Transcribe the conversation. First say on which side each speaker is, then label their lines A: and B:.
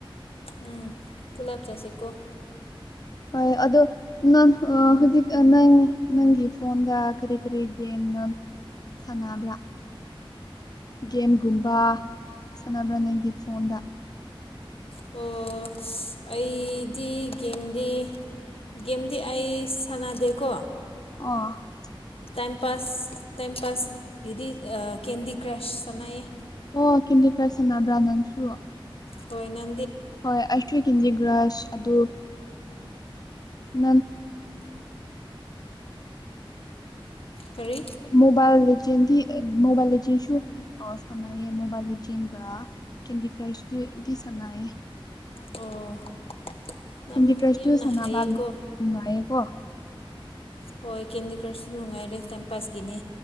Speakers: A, on the left; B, on the left.
A: ꯎꯝ ꯄꯨꯂꯞ ꯆꯥꯁꯤ ꯀꯧꯕ
B: <unintelligible> ꯑꯗꯨ ꯅ ꯍꯧꯖꯤꯛ ꯅꯪ ꯅꯪꯒꯤ ꯐꯣꯟꯟꯗ ꯀꯔꯤ ꯀꯔꯤ ꯅ ꯁꯅꯥꯅꯕ꯭ꯔꯥ ꯒꯦꯝꯒꯨꯝꯕ ꯁꯥꯟꯅꯕ꯭ꯔꯥ ꯅꯪꯒꯤ ꯐꯣꯟꯗ
A: ꯑꯣ ꯑꯩꯗꯤ ꯒꯦꯝꯗꯤ ꯒꯦꯝꯗꯤ ꯑꯩ ꯁꯥꯟꯅꯗꯦꯀꯣ
B: ꯑ
A: ꯇꯥꯁ ꯇꯥꯏ ꯄꯥꯁ ꯑꯗꯨꯗꯤ ꯀꯦꯟꯗꯤ ꯀ꯭ꯔꯁ ꯁꯅꯦ
B: ꯑꯣ ꯀꯝꯗꯤ ꯀ꯭ꯔꯔꯁꯅꯥ ꯭ꯔꯥꯟꯅꯟꯁꯨ
A: ꯍꯣꯏ ꯅ
B: ꯍꯣꯏ ꯑ꯭ꯋ ꯍꯤꯟꯗꯤ ꯒ꯭ꯔꯁ ꯑꯗꯨ ꯅꯪ
A: ꯀꯔꯤ
B: ꯃꯣꯕꯥꯏꯜꯗꯤ ꯃꯣꯕꯥꯏꯜ ꯆꯁꯨ ꯁꯉꯏ ꯃꯣꯕꯥꯜ ꯆ ꯀꯦꯟꯗꯤ ꯀ꯭ꯔꯥꯁ ꯆꯅꯥꯏ
A: ꯑꯣ ꯅꯪ
B: ꯍꯤꯟꯗꯤ ꯀ꯭ꯔꯁ
A: ꯌꯥꯝꯅ
B: ꯇꯨ ꯁꯅꯥꯕꯥꯕ
A: ꯍꯩꯌꯦꯀꯣ
B: ꯉꯀꯣ
A: ꯍꯣꯏ ꯀꯦꯟꯗꯤ ꯀ꯭ꯔꯁꯁꯨ ꯅꯨꯡꯉꯥꯏꯔꯦ ꯇꯥꯏꯝ ꯄꯥꯁꯀꯤꯅꯦ